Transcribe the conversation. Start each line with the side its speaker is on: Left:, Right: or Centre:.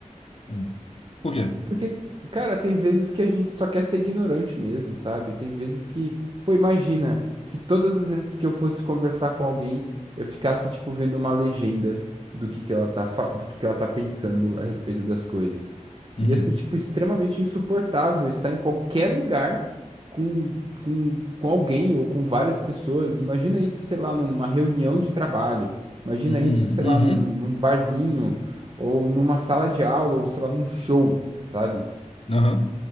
Left: Hum. Por quê?
Right: Porque, cara, tem vezes que a gente só quer ser ignorante mesmo, sabe? Tem vezes que, pô, imagina, se todas as vezes que eu fosse conversar com alguém, eu ficasse, tipo, vendo uma legenda do que que ela tá, fa- do que que ela tá pensando a respeito das coisas.
Left: Uhum.
Right: Ia ser, tipo, extremamente insuportável estar em qualquer lugar com, com, com alguém ou com várias pessoas. Imagina isso, sei lá, numa reunião de trabalho. Imagina
Left: Uhum.
Right: isso, sei
Left: Uhum.
Right: lá, num, num barzinho ou numa sala de aula, ou sei lá, num show sabe?
Left: Aham.